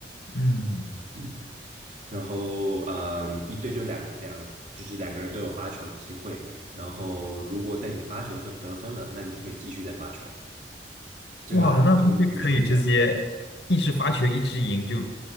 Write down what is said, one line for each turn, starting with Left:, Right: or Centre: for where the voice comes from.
Left: 嗯，
Right: 嗯然后，嗯，一队就两两，就是两个人都有发球的机会。然后，如果在你发球的时候得分了，那你就可以继续再发球。这个还跟羽球一样，
Left: 哇，那不是可以直接一直发球一直赢，就